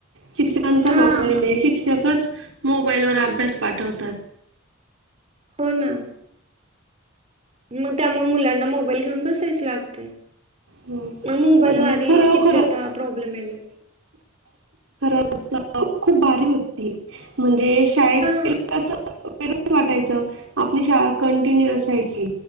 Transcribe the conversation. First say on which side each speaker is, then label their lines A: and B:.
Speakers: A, on the right (about 70°); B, on the right (about 30°).
A: शिक्षकांचा
B: हा.
A: पावले मी शिक्षकच मोबाईलवर अभ्यास पाठवतात.
B: हो ना. मग त्यामुळे मुलांना मोबाईल घेऊन बसायच लागते.
A: हं.
B: मग मोबाईल
A: पण
B: वारीे
A: खरोखर
B: किती आता प्रॉब्लेम येलं.
A: <unintelligible> खूप भारी होती म्हणजे शाळेत.
B: हा
A: <unintelligible> <unintelligible> वाटायचं आपली शाळा कंटिन्यु असायची